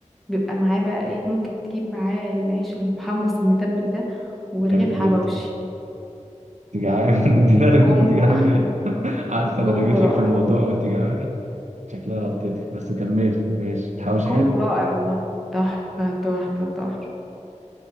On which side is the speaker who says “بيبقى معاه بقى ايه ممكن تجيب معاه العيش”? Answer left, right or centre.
Centre